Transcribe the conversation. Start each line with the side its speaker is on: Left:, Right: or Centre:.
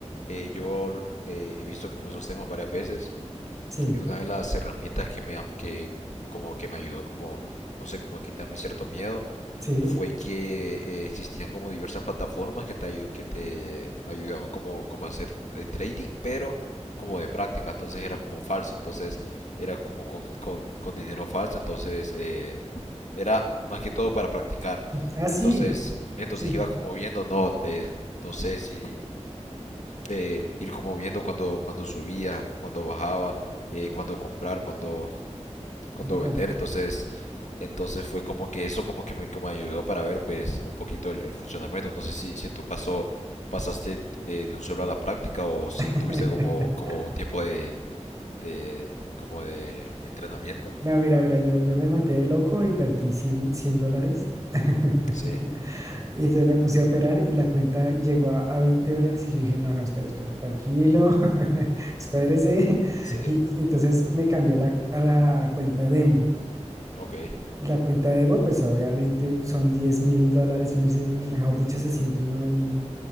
Left: eh, yo eh, he visto como esos temas varias veces
Right: Sí,
Left: Y una de las herramientas que me, que, como que me ayudó como, no sé, como a quitarme cierto miedo,
Right: sí.
Left: fue que eh, existían como diversas plataformas que te, ayu- que te ayudaban como, como a hacer eh, trading, pero como de práctica, entonces era como falso, entonces era como con, con, con dinero falso, entonces eh, era más que todo para practicar.
Right: Ah, sí,
Left: Entonces, entonces
Right: sí.
Left: iba como viendo, no, eh, no sé si eh, ir como viendo cuando, cuando subía, cuando bajaba, eh, cuando comprar, cuando, cuando
Right: Cuan-
Left: vender. Entonces, entonces fue como que eso como que me, que me ayudó para ver pues un poquito el, el funcionamiento. No sé si, si en tu caso pasaste eh, de un solo a la práctica o si
Right: <laughs>
Left: tuviste como, como un tiempo de, de como de entrenamiento.
Right: No, mira, mira, yo, yo me mandé de loco y vertí cien, cien dólares. <laughs>
Left: Sí,
Right: Y entonces me puse a operar y la cuenta llegó a, a 20 dólares y yo dije, no, no, espera, espera, tranquilo, <laughs> espérese.
Left: sí,
Right: Y, entonces me cambié a la, a la cuenta demo.
Left: ok,
Right: Y la cuenta demo, pues obviamente son diez mil dólares y uno dice, mejor dicho, se siente uno ahí